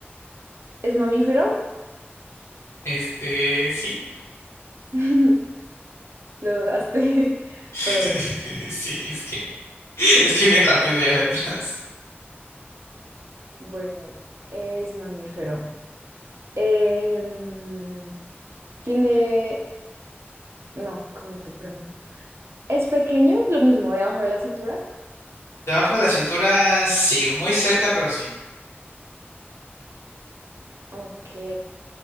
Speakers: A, on the right (about 80°); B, on the left (about 75°).
A: ¿Es mamífero?
B: este, sí.
A: <laughs> Lo dudaste, <laughs>
B: <laughs>
A: pero bueno.
B: Sí, es que, es que bien rápido ya la tiras.
A: Bueno, es mamífero. Em, tiene... No, ¿cómo te pregunto? ¿Es pequeño? Lo mismo, debajo de la cintura.
B: Debajo de la cintura, sí, muy cerca, pero sí.
A: Ok.